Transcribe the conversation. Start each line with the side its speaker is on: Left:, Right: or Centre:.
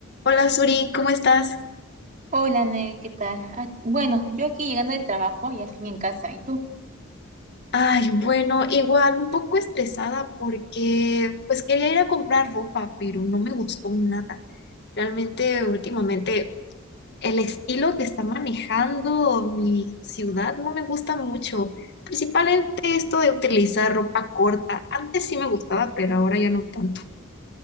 Left: Hola Suri, ¿cómo estás?
Right: Hola, Nel, ¿qué tal? Ah, bueno, yo aquí llegando del trabajo y al fin en casa. ¿Y tú?
Left: Ay, bueno, igual un poco estresada porque pues quería ir a comprar ropa, pero no me gustó nada. Realmente últimamente el estilo que está manejando mi ciudad no me gusta mucho. Principalmente esto de utilizar ropa corta. Antes sí me gustaba, pero ahora ya no tanto.